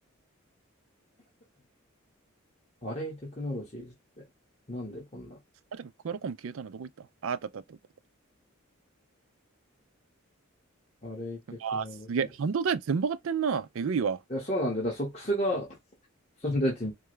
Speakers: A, on the left; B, on the right.
A: アレイテクノロジーズって、なんでこんな、
B: あれ、てかクアラコム消えたのどこ行ったあ、あったあったあったあった。
A: アレイテクノロジーズ。
B: あー、すげえ。半導体全部上がってんな。えぐいわ。
A: いや、そうなんだよ。だ、ソックスが、そんだって、